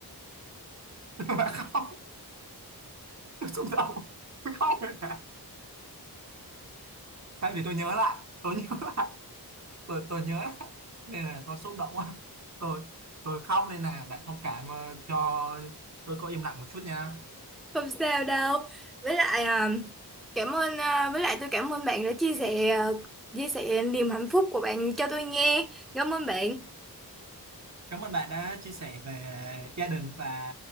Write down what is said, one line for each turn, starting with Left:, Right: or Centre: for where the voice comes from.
Right: <laughs> mà không tôi xúc động không rồi nè tại vì tôi nhớ lại tôi nhớ lại tôi, tôi nhớ lại nên là tôi xúc động quá tôi tôi khóc nên là bạn thông cảm ờ, cho tôi có im lặng một chút nha
Centre: Không sao đâu. Với lại à, cảm ơn à, với lại tôi cảm ơn bạn đã chia sẻ à, chia sẻ niềm hạnh phúc của bạn cho tôi nghe. Cảm ơn bạn.
Right: Cảm ơn bạn đã chia sẻ về gia đình và